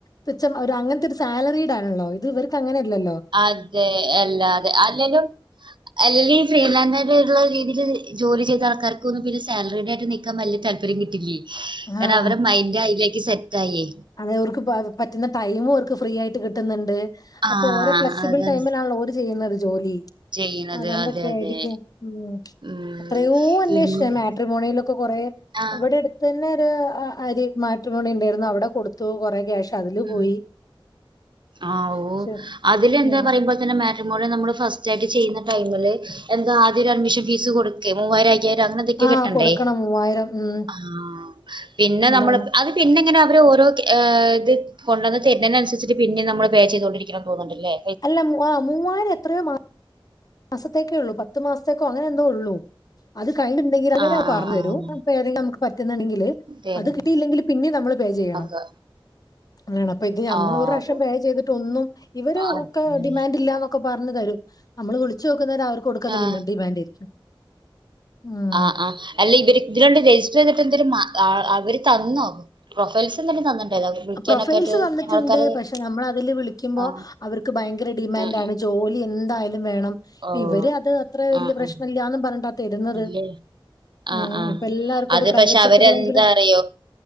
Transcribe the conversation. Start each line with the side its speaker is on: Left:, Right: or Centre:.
Left: തുച്ഛം ഒരു അങ്ങൻത്തൊരു സാലറീടാണല്ലോ ഇത് ഇവർക്ക് അങ്ങനെ ഇല്ലല്ലോ.
Right: അതെ അല്ലാതെ അല്ലേലും അല്ലി <unintelligible> ട്ള്ള രീതിൽ ജോലി ചെയ്ത ആൾക്കാർക്കൊന്നും പിന്നെ സാലറിടെ ആട്ട് നിക്കാ വലിയ താല്പര്യം കിട്ടില്ലേ.
Left: ആഹ്
Right: കാരണം അവരെ മൈൻഡ് അയിലേക്ക് സെറ്റ ആയേ
Left: അതെ ഓർക്ക് പാ പറ്റുന്ന ടൈമു ഓര്ക്ക് ഫ്രീ ആയിട്ട് കിട്ടുന്നുണ്ട്.
Right: ആ
Left: അപ്പൊ ഓരോ ഫ്ലെക്സിബിൾ
Right: അതാണ്
Left: ടൈമിലാണ് ഓര് ചെയ്യുന്നത് ജോലി.
Right: ചെയ്യണത്
Left: അതൊണ്ടൊക്കെ
Right: അതെ അതെ
Left: ആയിരിക്കും. ഉം
Right: ഉം
Left: അത്രയോ അന്വേഷിച്ചു
Right: ഇന്റെ
Left: ഞാ മാട്രിമോണിയിലൊക്കെ കൊറേ
Right: ആ
Left: ഇവടെട് തന്നെ ഒരു അരി മാട്രിമോണി ഉണ്ടായിരുന്നു അവിടെ കൊടുത്തു കുറേ ക്യാഷ് അതില്
Right: ആഹ്
Left: പോയി
Right: ആവോ
Left: പക്ഷെ
Right: അതില് എന്താ
Left: ഞാൻ
Right: പറയുമ്പ പിന്നെ മാട്രിമോളി നമ്മള് ഫസ്റ്റ് ആയിട്ട് ചെയ്യുന്ന ടൈമില് എന്താ ആദ്യ ഒരു അഡ്മിഷൻ ഫീസ് കൊടുക്കേ മൂവായിര കേര അങ്ങനെന്തെക്കോ
Left: ആ
Right: കെട്ടണ്ടേയ്.
Left: കൊടുക്കണം മൂവായിരം ഉം
Right: ആഹ് പിന്നെ
Left: എന്താണ്
Right: നമ്മൾക്ക് അത് പിന്നെങ്ങനെ അവര് ഓരോ ഏഹ് ത് കൊണ്ടന്ന് തര്നേനസരിചിട്ട് പിന്നിം നമ്മള് പേയ് ചെയ്തോണ്ടിരിക്കണം തോന്ന്ണ്ട്ല്ലേ
Left: അല്ല മു ആഹ് മൂവായിരം എത്രയോ മാ മാസത്തേക്കേ ഉള്ളൂ പത്ത് മാസത്തേക്കോ അങ്ങനെ എന്തോ ഉള്ളു. അത് കഴിഞ്ഞുണ്ടെങ്കിൽ അവര്
Right: ആഹ്
Left: പറഞ്ഞു
Right: ആഹ് ആഹ്
Left: തരും <unintelligible> <unintelligible> നമുക്ക് പറ്റുന്നുണ്ടെങ്കിൽ
Right: തരും
Left: അത് കിട്ടിയില്ലെങ്കിൽ പിന്നെ നമ്മള് പേയ് ചെയ്യണം.
Right: ഒക്കെ
Left: അങ്ങനാണ് അപ്പൊ ഇത് ഞമ്മള്
Right: ആവോ
Left: ഒരു റാശ്യം പേയ് ചെയ്തിട്ട് ഒന്നും ഇവര്
Right: അതന്നെ
Left: ഒക്കെ ഡിമാൻഡ് ഇല്ലാന്നൊക്കെ പറഞ്ഞു തരും. നമ്മള് വിൾ ച്ചോക്കുന്നവരെ അവർക്ക് കൊടുക്കാത്ത
Right: ആഹ്
Left: <unintelligible> ഉം
Right: ആഹ് ആഹ് അല്ല ഇവര് ഇതിലാണ്ട് രജിസ്റ്ററെയ്തിട്ട് എന്തര് മാ ആഹ് അവര് തന്നോ? പ്രൊഫൈൽസ് എന്തെങ്കിലും തന്നിട്ടുണ്ടായിരുന്നോ വിളിക്കാനൊക്കെ
Left: പ്രൊഫൈൽസ്
Right: ആയിട്ട്
Left: തന്നിട്ടിണ്ട്
Right: ആൾക്കാരെ
Left: പക്ഷെ നമ്മളതില് വിളിക്കുമ്പോ
Right: ആഹ്
Left: അവർ ക്ക് ഭയങ്കര ഡിമാൻഡ്
Right: ഉം ഉം
Left: ആണ് ജോലി എന്തായാലും വേണം. ഇപ്പ
Right: ഓഹ്
Left: ഇവര് അത് അത്ര വല്യയ
Right: ആഹ്
Left: പ്രശ്നല്ലാന്നും
Right: ആഹ്
Left: പർഞ്ഞിട്ടാ തരുന്നത്.
Right: ഇല്ലേ
Left: ഉം
Right: ആഹ് ആഹ്
Left: ഇപ്പൊ എല്ലാവർക്കും
Right: അത്
Left: ഒരു പ്രൈവറ്റ്
Right: പക്ഷെ അവരെന്താ
Left: സെക്ടറിലെങ്കിലും
Right: അറിയോ